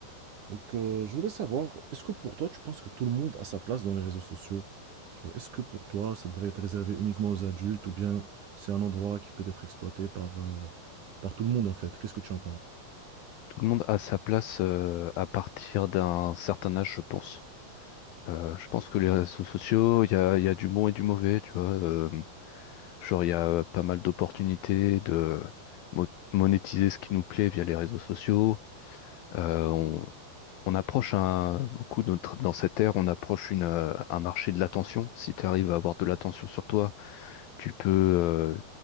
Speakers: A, on the right; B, on the left.
A: Donc, euh, je voudrais savoir, est-ce que pour toi, tu penses que tout le monde a sa place dans les réseaux sociaux? Genre, est-ce que pour toi, ça devrait être réservé uniquement aux adultes ou bien c'est un endroit qui peut être exploité par, euh, par tout le monde en fait? Qu'est-ce que tu en penses?
B: Tout le monde a sa place euh, à partir d'un certain âge, je pense. Euh, je pense que les réseaux sociaux, il y a, il y a du bon et du mauvais, tu vois. euh, genre, il y a pas mal d'opportunités de mo- monétiser ce qui nous plaît via les réseaux sociaux. Euh, on, on approche un, beaucoup notre, dans cette ère, on approche une, euh, un marché de l'attention. Si tu arrives à avoir de l'attention sur toi, tu peux, euh,